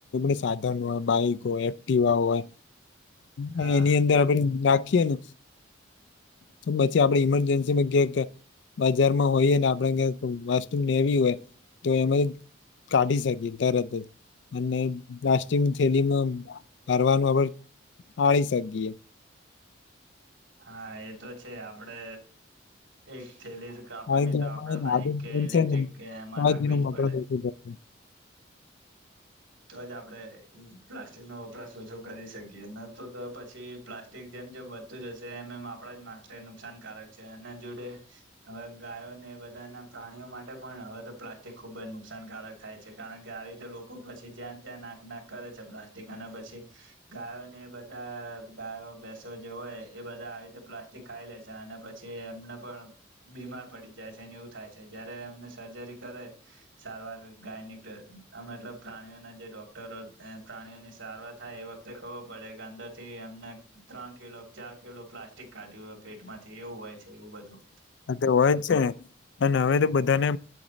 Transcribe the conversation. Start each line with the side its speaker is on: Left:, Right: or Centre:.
Left: એ <unintelligible> સાધન હોય, બાઈક હોય, એક્ટિવા હોય
Right: હા
Left: અને એની અંદર આપણે રાખીએ ને તો બચે આપડે ઈમરજન્સીની કે કે બજારમાં હોઈએ ને આપણે કેક વસ્તુ લેવી હોય તો એમાંય કાઢી શકીએ તરત જ. અને પ્લાસ્ટિકની થેલીમાં <unintelligible> આળી શકીએ.
Right: હા એ તો છે. આપડે એક થેલી જ કાપડની
Left: કારણ કે
Right: તો
Left: એમાં
Right: આપડા બાઈક
Left: આદત
Right: કે
Left: બનશે
Right: ઈલેક્ટ્રિક
Left: ને
Right: કે એમાં
Left: તો
Right: રાખવી
Left: એનો
Right: જ
Left: વપરાશ
Right: પડે.
Left: ઓછો થશે
Right: તો જ આપડે પ્લાસ્ટિક નો વપરાશ ઓછો કરી શકીએ. ન તો ત પછી પ્લાસ્ટિક જે મ જેમ વધતું જશે એમ એમ આપણા જ માટે નુકસાનકારક છે. એના જોડે હવે ગાયોને બધાના પ્રાણીઓ માટે પણ હવે તો પ્લાસ્ટિક ખુબ જ નુકસાનકારક થાય છે. કારણ કે આવી રીતે લોકો પછી જ્યાં ત્યાં નાખ-નાખ કરે છે પ્લાસ્ટિક‌, અને પછી ગાયો ને એ બધા ગાયો બેસવા જવાય હોય એ બધા આવી રીતે પ્લાસ્ટિક ખાઈ લે છે, અને પછી એમને પણ બીમાર પડી જાય. પછી એને એવું થાય છે, જયારે એમને સર્જરી કરે, સારવાર ગાયની ત અહ મતલબ પ્રાણીઓના જે ડોક્ટરો એ પ્રાણીઓની સારવાર થાય, એ વખતે ખબર પડે કે અંદર થી એમને ત્રણ કિલો ક ચાર કિલો પ્લાસ્ટિક કાઢ્યું હોય પેટમાંથી એવું હોય છે, એવું બધું.
Left: <unintelligible> તો હોય જ છે ને, અને હવે તો બધાને